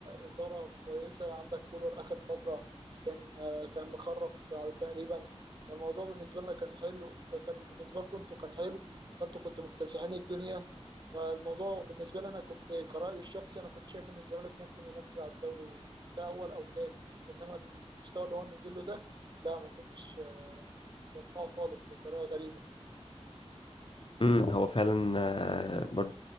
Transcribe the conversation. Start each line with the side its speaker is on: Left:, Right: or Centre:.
Right: إدارة كويسة عندك كولر آخر فترة كان كان مخرف تقريبا الموضوع بالنسبة لنا كان حلو كان بالنسبة لكم أنتوا كان حلو فأنتوا كنتوا مكتسحين الدنيا فالموضوع بالنسبه لي انا كنت كرأيي الشخصي انا كنت شايف ان الزمالك ممكن ينافس على الدوري كاول او تاني انما المستوى اللي هو نزل له ده لا ما كنتش متوقعه خالص بطريقه غريبه
Left: مم، هو فعلا آه، برضو